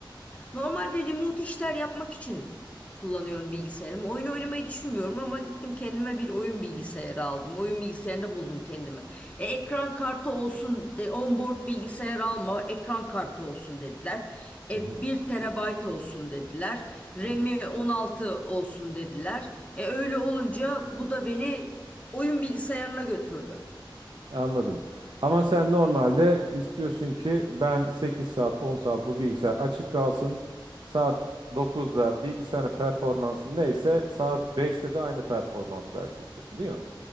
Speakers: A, on the left (about 15°); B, on the right (about 60°).
A: Normalde remote işler yapmak için kullanıyorum bilgisayarımı. Oyun oynamayı düşünmüyorum ama gittim kendime bir oyun bilgisayarı aldım. Oyun bilgisayarında buldum kendimi. E, ekran kartı olsun, e, onboard bilgisayar alma, ekran kartı olsun dediler. E,
B: Hı hı,
A: bir terabayt olsun dediler. RAM'i
B: hı hı,
A: 16 olsun dediler. E, öyle olunca bu da beni oyun bilgisayarına götürdü.
B: Anladım. Ama sen normalde istiyorsun ki ben 8 saat 10 saat bu bilgisayar açık kalsın. Saat dokuzda bilgisayarın performansı neyse saat beşte de aynı performans versin istiyorsun değil mi?